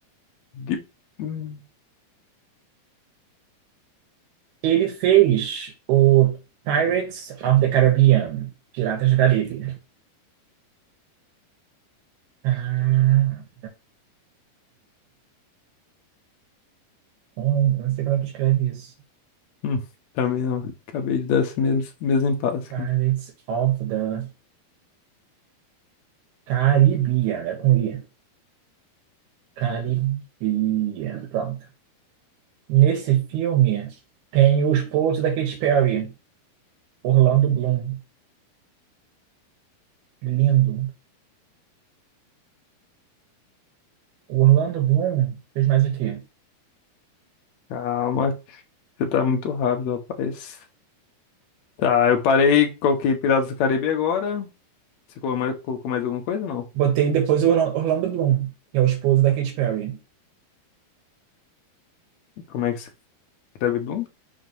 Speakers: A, on the left (about 75°); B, on the right (about 80°).
A: De- Hum,
B: Ele fez o Pirates of the Caribbean, Piratas do Caribe. Caribbean. Hum, eu não sei como é que escreve isso.
A: hum, também não. Acabei de dar esse mesmo, mesmo impasse
B: Pirates
A: aqui.
B: of the Caribbean, é com I. Caribbean, pronto. Nesse filme tem o esposo da Katy Perry, Orlando Bloom. Lindo. O Orlando Bloom fez mais o quê?
A: Calma, você tá muito rápido, rapaz. Tá, eu parei, coloquei Piratas do Caribe agora. Você colocou mais, colocou mais alguma coisa? Não.
B: Botei depois o Orla- Orlando Bloom, que é o esposo da Katy Perry.
A: Como é que se escreve Bloom?